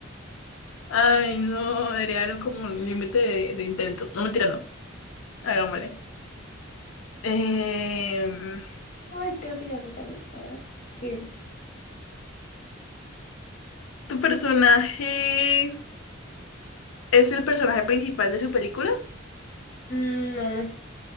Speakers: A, on the left; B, on the left.
A: Ay, no, debería haber como un límite de, de intentos. No, mentira, no. Hagámosle. Em,
B: <laughs> Ay, creo que ya sé también. A ver. Sí.
A: ¿tu personaje es el personaje principal de su película?
B: Mm, no.